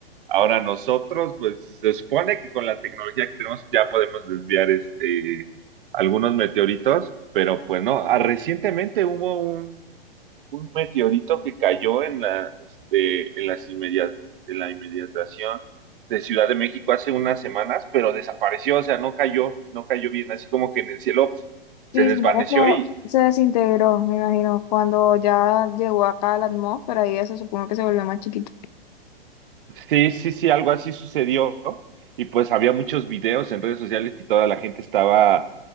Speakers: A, on the right; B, on the left.
A: ahora nosotros pues se supone que con la tecnología que tenemos ya podemos desviar este algunos meteoritos pero pues no ah, recientemente hubo un un meteorito que cayó en la, este, en las inmedia- en la inmediatación de Ciudad de México hace unas semanas, pero desapareció, o sea, no cayó, no cayó bien, así como que en el cielo pf,
B: Sí,
A: se desvaneció
B: señora, no,
A: y
B: se desintegró, me imagino, cuando ya llegó acá a la atmósfera y eso supongo que se volvió más chiquito.
A: sí, sí, sí, algo así sucedió, ¿no? Y pues había muchos videos en redes sociales y toda la gente estaba,